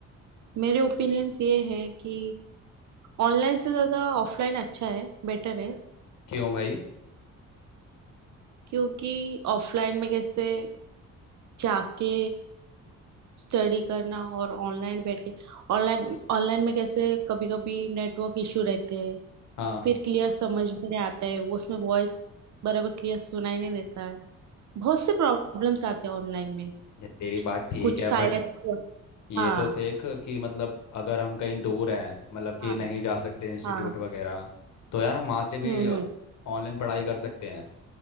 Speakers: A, on the right (about 70°); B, on the left (about 70°).
A: मेरे ओपिनियंस ये है कि ऑनलाइन से ज्यादा ऑफलाइन अच्छा है बेटर है
B: क्यों भाई
A: क्योंकि ऑफलाइन में कैसे जाके स्टडी करना और ऑनलाइन बैठ के ऑनलाइन ऑनलाइन में कैसे कभी कभी नेटवर्क इशू रहते हैं
B: हाँ
A: फिर क्लियर समझ में नहीं आता है वो उसमें वॉइस बराबर क्लियर सुनाई नहीं देता है बहुत से प्रॉब्लम्स आते हैं ऑनलाइन में
B: ये तेरी बात ठीक
A: कुछ
B: है
A: साइलेंट
B: बट ये
A: हाँ
B: तो देख कि मतलब अगर हम कहीं दूर हैं मतलब कि
A: हाँ
B: नहीं जा सकते इंस्टीट्यूट
A: हाँ
B: वगैरह तो यार हम वहाँ से भी
A: हम्म
B: ऑनलाइन पढ़ाई कर सकते हैं